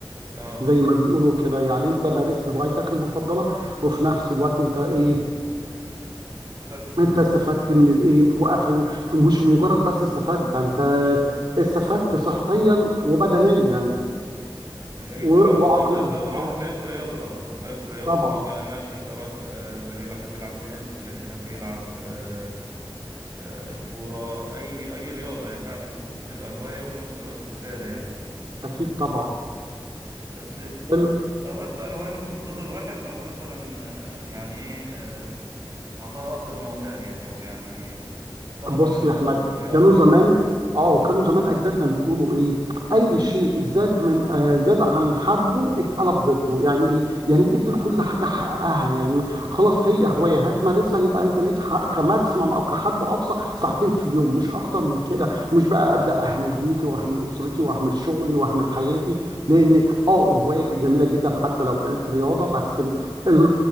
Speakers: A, on the right; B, on the right.
A: آه بالظبط
B: زي ما بيقولوا كده يعني أنت مارست هوايتك المفضلة وفي نفس الوقت أنت إيه
A: استفدت
B: أنت استفدت من الإيه وآخر مش مجرد بس استفدت ده أنت استفدت صحيا وبدنيا
A: جميل
B: و-
A: طبعا
B: وعقليا
A: ده, ده, ده طبعا
B: اه
A: هتلاقيه في الرياضة طبعا هتلاقيه في الرياضة
B: طبعا
A: سواء بقى ماشي سواء آه، اللي بيحب يلعب تنس اللي بيحب يلعب آه، آه، كورة أي أي رياضة هي فعلا بتبقى هواية وفي نفس الوقت استفادة يعني
B: اكيد طبعا
A: بس في
B: حلو
A: أو- أوقات بقى الهواية ممكن تضر الواحد لو مثلا آه، يعني إيه آه، أعطاها أكتر من وقتها يعني أو يعني ضغط
B: بص
A: على نفسه
B: يا احمد
A: رياضة
B: كانوا
A: مثلا
B: زمان اه كانوا زمان اجدادنا بيقولوا ايه اي شيء زاد من آه زاد عن حده اتقلب ضده يعني ايه يعني ادي لكل حاجه حقها يعني خلاص هي هوايه هتمارسها يبقى انت ليك حق كماكسيمم او كحد اقصى ساعتين في اليوم مش اكتر من كده مش بقى ابدا اهمل بيتي واهمل اسرتي واهمل شغلي واهمل حياتي لان اه الهوايه جميله جدا حتى لو كانت رياضه بس ال ال